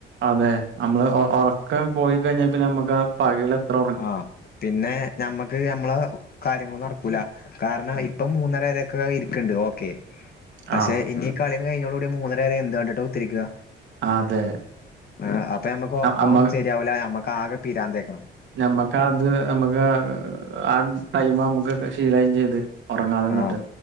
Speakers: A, on the right; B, on the left.
A: അതെ നമ്മള് ഉറക്കം പോയി കഴിഞ്ഞാൽ പിന്നെ നമ്മുക്ക് പകലത്ര
B: ആ പിന്നെ ഞമ്മക്ക് ഞമ്മള കാര്യങ്ങളൊന്നും നടക്കൂല കാരണം ഇപ്പൊ മൂന്നര വരൊക്കെ ഇരിക്കണ്ട് ഓക്കെ പക്ഷെ
A: ആഹ്
B: ഇനി കളി കഴിഞ്ഞോട കൂടി മൂന്നര വരെ എന്ത് കണ്ടിട്ടോ കുത്തിരിക്കുക
A: അതെ
B: ആ അപ്പൊ മ്മക്ക് ഉറക്കം
A: അമ്മ
B: ശരിയാവൂല മ്മക്ക് ആകെ പിരാന്തേക്കാരം
A: മ്മക്ക് അത് നമുക്ക് ആ ടൈം നമുക്ക് ശീലാകുയയും ചെയ്ത് ഉറങ്ങാതന്നിട്ട്
B: ആഹ്